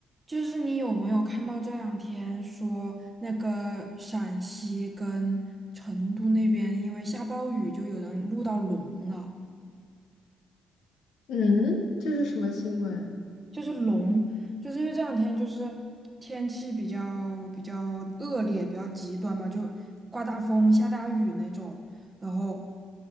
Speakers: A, on the right; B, on the left.
A: 就是你有没有看到这两天说那个陕西跟成都那边因为下暴雨，就有人录到龙了，
B: 嗯，这是什么新闻？
A: 就是龙，就是因为这两天就是天气比较比较恶劣，比较极端嘛，就刮大风、下大雨那种，然后